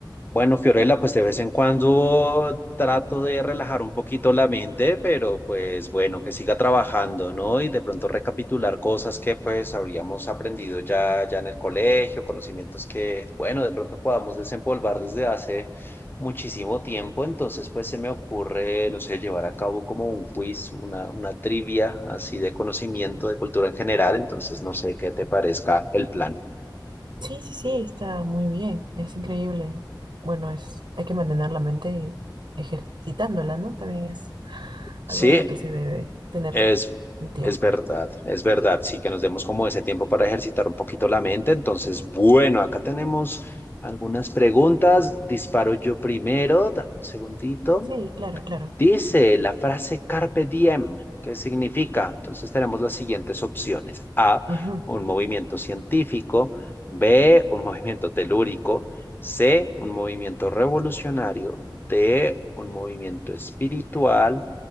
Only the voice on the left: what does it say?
Bueno, Fiorella, pues de vez en cuando trato de relajar un poquito la mente, pero pues bueno, que siga trabajando, ¿no? Y de pronto recapitular cosas que pues habríamos aprendido ya, ya en el colegio, conocimientos que, bueno, de pronto podamos desempolvar desde hace muchísimo tiempo. Entonces, pues se me ocurre, no sé, llevar a cabo como un quiz, una, una trivia así de conocimiento de cultura en general. Entonces, no sé qué te parezca el plan.
Sí.
Es,
es verdad, es verdad, sí, que nos demos como ese tiempo para ejercitar un poquito la mente. Entonces, bueno, acá tenemos algunas preguntas. Disparo yo primero, dame un segundito.
Dice la frase carpe diem, ¿qué significa? Entonces tenemos las siguientes opciones. A,
un movimiento científico. B, un movimiento telúrico. C, un movimiento revolucionario. D, un movimiento espiritual.